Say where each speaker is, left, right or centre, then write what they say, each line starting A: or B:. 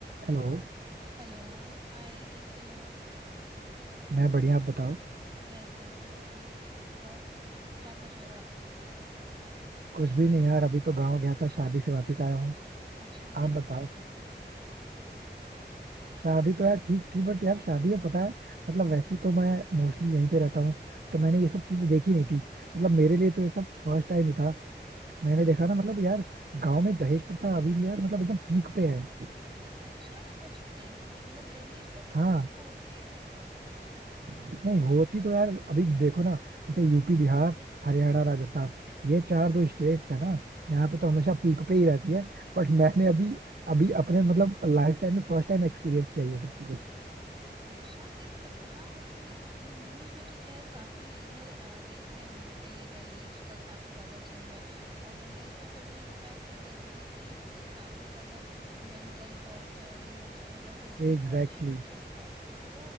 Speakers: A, on the right; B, on the right.
A: Hello
B: Hello Hi कैसे हो आप
A: मैं बढ़िया आप बताओ
B: मैं एकदम ठीक ठाक और क्या कर रहे हो आप
A: कुछ भी नहीं यार अभी तो गांव गया था शादी से वापस आया हूँ
B: अच्छा क्या
A: आप बताओ
B: शादी
A: शादी तो यार ठीक थी बट यार शादी में पता है मतलब वैसे तो मैं मोस्टली यहीं पे रहता हूँ तो मैंने ये सब चीजें देखी नहीं थी मतलब मेरे लिए तो ये सब फर्स्ट टाइम ही था मैंने देखा ना मतलब यार गांव में दहेज प्रथा अभी भी यार मतलब एकदम पीक पे है
B: अच्छा सच में मतलब दहेज प्रथा
A: हाँ
B: अभी भी होती है वहां पे
A: नहीं होती तो यार अभी देखो ना जैसे यूपी बिहार हरियाणा राजस्थान ये चार जो स्टेट्स है ना यहाँ पे तो हमेशा पीक पे ही रहती है बट मैंने अभी अभी अपने मतलब लाइफ टाइम में फर्स्ट टाइम एक्सपीरियंस किया ये सब चीजें
B: अच्छा ये तो मत हाँ मतलब ये मैं न्यूज में तो खैर काफी इधर अ, देखते हैं हम लोग कि ये दहेज का काफी ज्यादा चल रहा है और दहेज तो छोड़ो इनफैक्ट उस दहेज के ही पीछे काफी ज्यादा मेंटल टॉर्चर इमोशनल और फिजिकल
A: Exactly
B: टॉर्चर भी
A: exactly.
B: चलता है तो वो